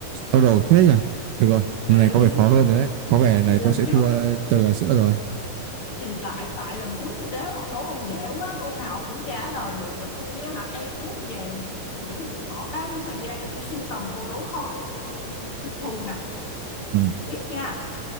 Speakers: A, on the right; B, on the left.
A: đau đầu thế nhỉ được rồi
B: ừ
A: lần này có vẻ khó
B: thì
A: hơn rồi đấy có vẻ lần
B: thì
A: này
B: lần
A: tôi sẽ
B: trước
A: thua ờ, trời gà sữa rồi
B: thì lại tại lần trước tôi đố ông đố ông dễ quá câu nào ông cũng trả lời được đó tôi á hả cây cú tôi về tôi bữa giờ tôi bỏ bao nhiêu thời gian để tôi sưu tầm câu đố khó để tôi, tôi, tôi phục thù nè
A: ừ,
B: tiếp nha